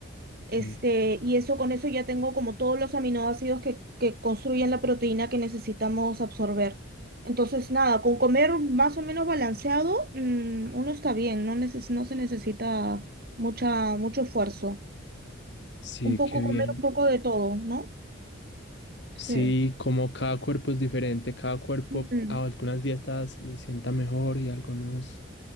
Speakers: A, on the right; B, on the left.
A: este,
B: Sí,
A: y eso con eso ya tengo como todos los aminoácidos que, que construyen la proteína que necesitamos absorber. Entonces, nada, con comer más o menos balanceado, mm, uno está bien, no neces- no se necesita mucha, mucho esfuerzo.
B: sí,
A: Un poco
B: qué bien.
A: comer, un poco de todo, ¿no?
B: Sí,
A: Sí.
B: como cada cuerpo es diferente, cada cuerpo
A: Mm,
B: a algunas dietas le sienta mejor y a algunos